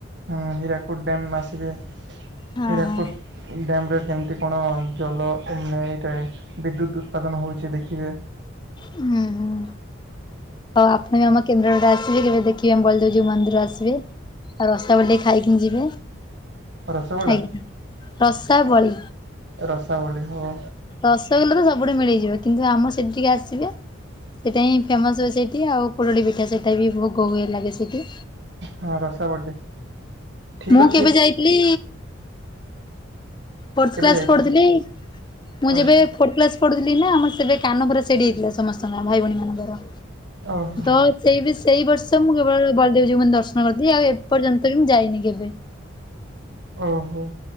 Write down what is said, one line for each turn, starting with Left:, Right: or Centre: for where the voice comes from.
Right: ହ ହୀରାକୁଟ ଡ୍ୟାମ ଆସିବେ।
Left: ହଁ
Right: <unintelligible> ଡ୍ୟାମ
Left: ହଁ।
Right: କେମିତି କଣ ଜଲ ଏନାଇ ଏଇଟା ବିଦ୍ୟୁତ୍ ଉତ୍ପାଦନ ହେଉଛି ଦେଖିବେ।
Left: ହୁଁ ହୁଁ। ହଉ ଆପଣ ବି ଆମ କେନ୍ଦ୍ର <inaudible> ଆସିବେ କେବେ ଦେଖିବେ ଆମ ବଳଦେବଜୀଉ ମନ୍ଦିର ଆସିବେ। ଆଉ ରାସାବୋଳି ଟିକେଖାଇକି ଯିବେ।
Right: ରସଗୋଲା
Left: ଆଜ୍ଞା ରସାବଳୀ।
Right: ରସାବଳି ହଉ
Left: ରସଗୋଲା ତ ସବୁଠୁ ମିଳିଯିବ କିନ୍ତୁ ଆମ ସେଠି ଟିକେ ଆସିବେ ସେଟା ହିଁ ଫେମସ୍ ସେଇଠି ଆଉ ପୁରୁଡ଼ି ପିଠା ସେଇଟା ବି ବହୁତ ଭୋଗ ହୁଏ ଲାଗେ। ସେଇଠି
Right: ହଁ ରସାବଳି ଠିକ୍
Left: ମୁଁ
Right: ଅଛି
Left: କେବେ ଯାଇଥିଲି ଫୋର
Right: କେବେ
Left: କ୍ଲାସ
Right: ଯାଇଥିଲି
Left: ପଢଥିଲି ମୁଁ
Right: ଓହୋ
Left: ଯେବେ ପ୍ଲସ୍ ପଢୁଥିଲି ନା ଆମର ସେବେ କାନ ପୁରା ସେଡି ହେଇଥିଲା ସମସ୍ତଙ୍କର ଭାଇ ଭଉଣୀ ମାନଙ୍କର,
Right: ଓହୋ
Left: ତ ସେଇ ସେଇ ବର୍ଷ ମୁଁ କେବଳ ବଳଦେବଜୀଙ୍କୁ ମେ ଦର୍ଶନ କରିଥିଲି ଆଉ ଏପର୍ଯ୍ୟନ୍ତ ବି ମୁଁ ଯାଇନି କେବେ?
Right: ଓହୋ।